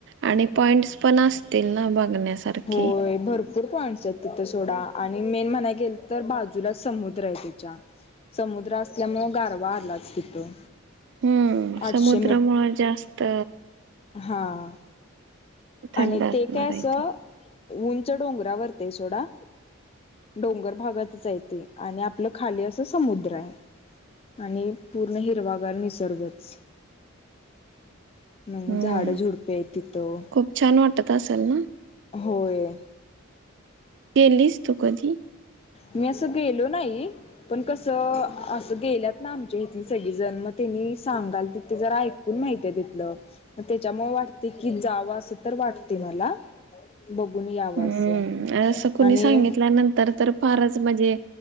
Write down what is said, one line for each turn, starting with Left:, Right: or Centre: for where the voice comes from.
Right: आणि पॉइंट्स पण असतील ना बघण्यासारखी.
Left: होय भरपूर पॉईंटस आहेत तिथं सोडा आणि मेन म्हणाय गेल तर बाजूला समुद्र आहे तेच्या. समुद्र असल्यामुळे गारवा आालाच तिथं.
Right: हम्म
Left: आठशे
Right: समुद्रामुळं जास्त
Left: हां.
Right: थंड
Left: आणि
Right: असणार
Left: ते काय असं
Right: आहे ते.
Left: उंच डोंगरा वर ते सोडा डोंगर भागातच आहे ते आणि आपलं खाली असं समुद्र आहे. आणि पूर्ण हिरवागार निसर्गच म्हणे
Right: हम्म
Left: झाडं झुडपे आहेत तिथं.
Right: खूप छान वाटत असल ना?
Left: होय.
Right: गेलीस तू कधी?
Left: मी असं गेलो नाही. पण कसं असं गेल्यात ना आमच्या इथली सगळी जन त्यांनी सांगाल तिथे जरा ऐक माहिती आहे तिथल म त्याच्यामुळे वाटते की जावा अस तर वाटते मला बघून यावं
Right: हम्म
Left: असं.
Right: असं कुणी
Left: आणि
Right: सांगितल्यानंतर तर फारच म्हणजे